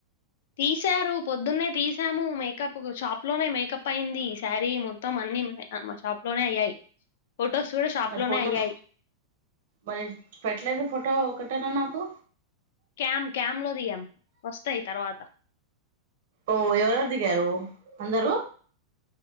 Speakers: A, on the left (about 55°); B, on the right (about 55°).
A: తీశారు పొద్దున్నే తీసాము మేకప్ షాప్ లోనే మేకప్ అయింది ఈ శారీ మొత్తం అన్ అన్నీ మా షాప్ లోనే అయ్యాయి ఫొటోస్ కూడా షాప్
B: మరి
A: లోనే
B: ఫోటో
A: అయ్యాయి
B: మరి పెట్టలేదు ఫోటో ఒకటనా నాకు
A: క్యామ్ క్యామ్ లో దిగాం వస్తాయి తర్వాత
B: ఓ ఎవరెవరు దిగారు అందరూ